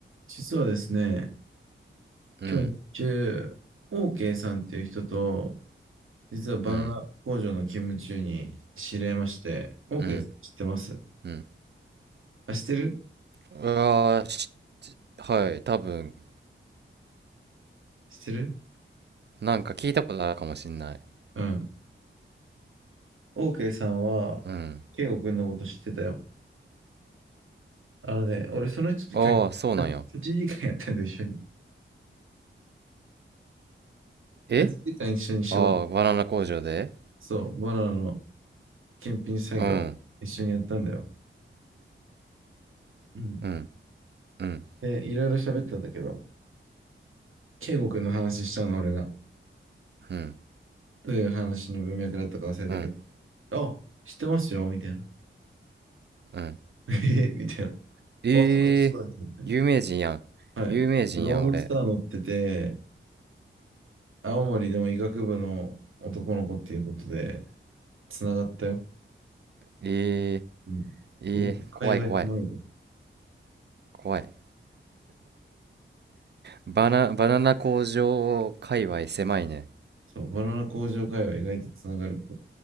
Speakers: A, on the right; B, on the right.
A: 実はですね、
B: うん、
A: 今日日中、OK さんっていう人と、実はバナナ工場の勤務中に知り合いまして、
B: うん、
A: OK
B: うん、
A: さん知ってます
B: うん。
A: あ、知ってる
B: うわーし、はい、多分、
A: 知ってる
B: なんか聞いたことあるかもしんない。
A: うん。OK さんは、
B: うん。
A: 圭吾んのこと知ってたよ。あのね、俺その人と今日8時間やったんだよ、
B: ああ、そうなんや。
A: 一緒に。
B: え
A: 8時間一緒に仕事、
B: ああー、バナナ工場で
A: そう、バナナの検品作業、
B: うん、
A: 一緒にやったんだよ。うん。
B: うん、うん、
A: で、いろいろ喋ったんだけど、圭吾んの話したの、俺が。
B: うん、
A: どういう話の文脈だったか忘れたけ
B: うん、
A: ど、あ、知ってますよ、みたいな。
B: うん。
A: <laughs> えみたいな。
B: ええ有名人やん。
A: あ、そうです、そうです、みたいな。はい。
B: 有名人やん、
A: ロードスター乗ってて、
B: 俺。
A: 青森の医学部の男の子っていうことで、つながったよ。
B: ええ
A: うん。
B: ええ怖い怖い、
A: 意外と会話狭いぞ。
B: 怖い。バナ、バナナ工場界隈狭いね。
A: そう、バナナ工場会話意外とつながる。